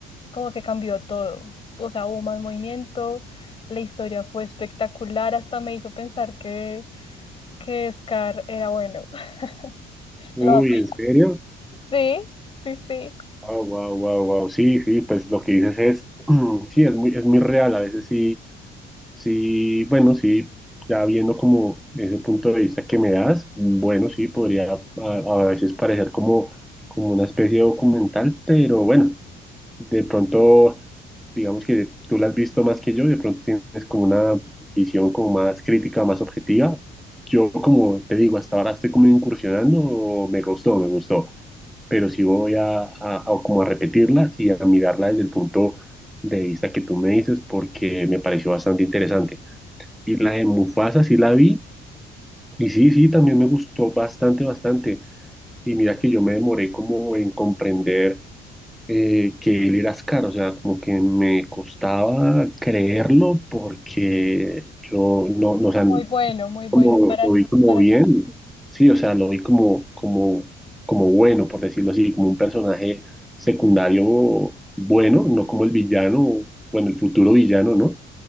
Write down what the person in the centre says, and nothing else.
Uy,
¿en serio?
Wow, wow, wow, wow. Sí, sí, pues lo que dices es, <clears throat> sí, es muy, es muy real. A veces sí, sí, bueno, sí, ya viendo como ese punto de vista que me das, bueno, sí, podría a, a veces parecer como, como una especie de documental, pero bueno. de pronto, digamos que tú la has visto más que yo, de pronto tienes como una visión como más crítica, más objetiva. Yo, como te digo, hasta ahora estoy como incursionando, me gustó, me gustó, pero sí voy a, a- a como a repetirla y a mirarla desde el punto de vista que tú me dices porque me pareció bastante interesante. Y la de Mufasa sí la vi y sí, sí, también me gustó bastante, bastante. Y mira que yo me demoré como en comprender eh, que él era Ascar, o sea, como que me costaba creerlo porque yo no, no, o sea,
como,
lo vi como
bien,
sí, o sea, lo vi como, como, como bueno, por decirlo así, como un personaje secundario bueno, no como el villano, bueno, el futuro villano, ¿no?